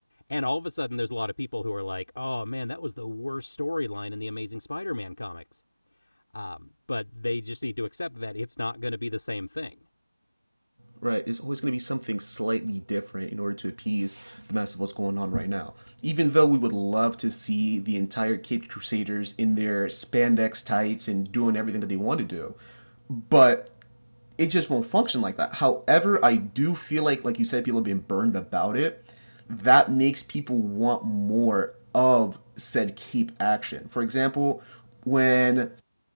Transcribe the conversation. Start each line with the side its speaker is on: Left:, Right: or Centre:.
Left: And all of a sudden, there's a lot of people who are like, "Oh man, that was the worst storyline in the Amazing Spider-Man comics." Um, but they just need to accept that it's not going to be the same thing.
Right: Right, it's always going to be something slightly different in order to appease the mass of what's going on right now. Even though we would love to see the entire Caped Crusaders in their spandex tights and doing everything that they want to do, but it just won't function like that. However, I do feel like, like you said, people have been burned about it. That makes people want more of said cape action. For example, when